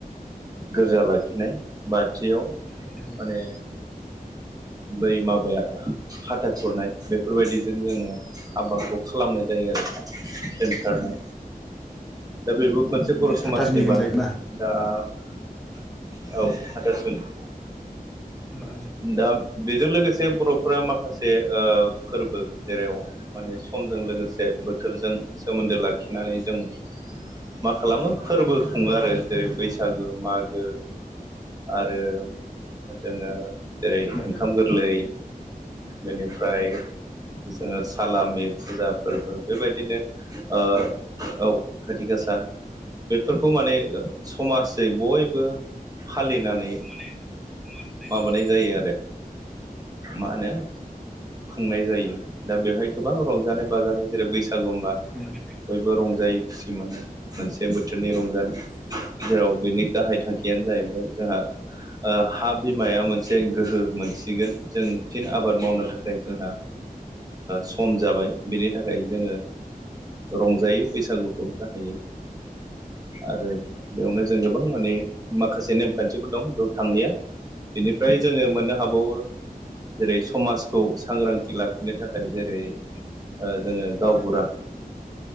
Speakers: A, on the right; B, in the centre.
A: गोरजा लाखिनाय बाथियाव
B: न'
A: आरो बै माबाया हाथा खुरनाय बेफोरबायदिजों जोङो हाबाखौ। खालामनाय जायो आरो दोमखारारनाय दा बेबो मोनसे बर' समाजनि
B: हाथासुनि होनो
A: बाहायो
B: जायखौ ना
A: दा औ हाथासुनि
B: बा
A: दा बेजों लोगोसे बर'फोरा माखासे फोरबो जेराव माने समजों लोगोसे बोथोरजों सोमोन्दो लाखिनानै जों मा खालामो फोरबो खुङो आरो जेरै बैसागु मागो। आरो जोङो जेरै
B: मागो
A: ओंखाम गोरलै बेनिफ्राय। जोङो सालामि फुजा फोरबो बेबायदिनो औ खोथि गासा बेफोरखौ माने समाजै बयबो फालिनानै
B: समाजसे गय
A: माबानाय जायो आरो मा होनो खुंनाय जायो दा बेवहाय गोबां रंजानाय बाजानाय जेरै बैसागुबा
B: खुंनाय
A: बयबो रंजायोै खुसि मोनो मोनसे बोथोरनि रंजानाय जेराव बिनि गाहाय थांखियानो जाहैबाय जोंहा हा बिमाया मोनसे मोनसे गोहो मोनसिगोन जों फिन आबाद मावनो थाखाय जोंहा सम जाबाय बिनि थाखाय जोङो। रंजायो बैसागुखौ गाहायो। आरो बेयावनो जों गोबां माने माखासे नेमखान्थिफोर दं बेयाव थांलिया फ्राय जोङो
B: औ
A: मोननो हाबावो जेरै समाजखौ सांग्रांथि लाखिनो थाखाय जेरै जोङो गावबुरा